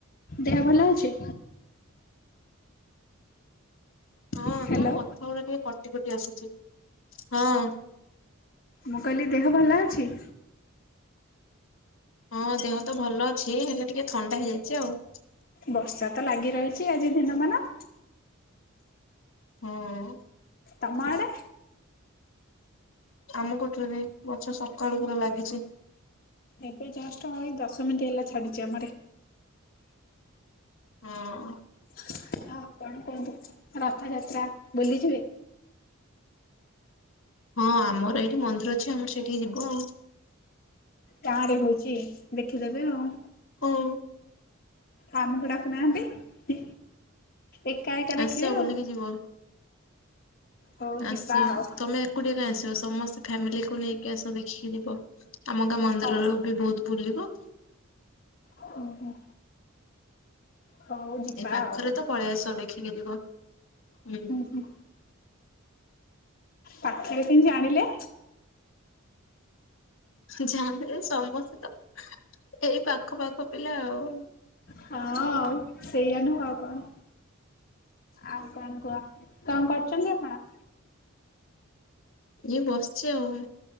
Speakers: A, on the left (about 45°); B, on the left (about 65°).
A: ଦେହ ଭଲ ଅଛି?
B: ହଁ।
A: ହ୍ୟାଲୋ
B: ତମ କଥା ଗୁଡ଼ା ଟିକେ କଟି କଟି ଆସୁଚି। ହଁ।
A: ମୁଁ କହିଲି ଦେହ ଭଲ ଅଛି?
B: ହଁ ଦେହ ତ ଭଲ ଅଛି। ହେଲେ ଟିକେ ଥଣ୍ଡା ହେଇ ଯାଇଛି ଆଉ।
A: ବର୍ଷା ତ ଲାଗି ରହିଛି ଆଜି ଦିନ ମାନ।
B: ହୁଁ।
A: ତମ ଆଡ଼େ?
B: ଆମକୁତ୍ରେନିଂଗ ବର୍ଷା ସକାଳୁ ପୁରା ଲାଗଛି।
A: ଏବ ଜଷ୍ଟ୍ନଏଇ ଦଶ ମିନିଟ୍ ହେଲା ଛାଡ଼ିଚି ଆମ ଆଡ଼େ।
B: ହଁ।
A: ହଁ ଆଉ କଣ? କୁହନ୍ତୁ ରଥଯାତ୍ରା ବୁଲି ଯିବେ?
B: ହଁ ଆମର ଏଇଠି ମନ୍ଦିର ଅଛି ଆମର ସେଇଠିକି ଯିବୁ ଆଉ।
A: ଗାଁ ରେ ହୋଉଛି ଦେଖି ଦେବେ ଆଉ।
B: ହଁ।
A: ଆଉ ଆମକୁ ଡାକୁ ନାହାନ୍ତି ଏକା ଏକା
B: ଆସ
A: ଦେଖିବେ ଆଉ।
B: ବୁଲିକି ଯିବ।
A: ହଉ ଯିବା
B: ଆସ
A: ଆଉ
B: ତମେ ଏକୁଟିଆ କାଇଁ ଆସିବ ସମସ୍ତେ ଫ୍ୟାମିଲିକୁ ନେଇକି ଆସ ଦେଖିକି ଯିବ। ଆମ ଗାଁ ମନ୍ଦିରର
A: ହଉ
B: ବି ବୋହୁତ୍ ବୁଲିବ।
A: ଉଁ ହୁଁ। ହଉ ଯିବା
B: ଏଇ ପାଖରେ
A: ଆଉ।
B: ତ ପଳେଇ ଆସ ଦେଖିକି ଯିବ ହୁଁ।
A: ହୁଁ ହୁଁ। ପାଖେରେ କେମତି ଜାଣିଲେ?
B: ଜାଣିଲି ସମସ୍ତେ ତ ଏଇ ପାଖ ପାଖ ପିଲା ଆଉ।
A: ହଁ ଆଉ ସେୟା ନୁହଁ ଆଉ କଣ? ଆଉ କଣ କୁହ କଣ କରୁଚନ୍ତି ଆପଣ?
B: ଇଏ ବସିଛି ଆଉ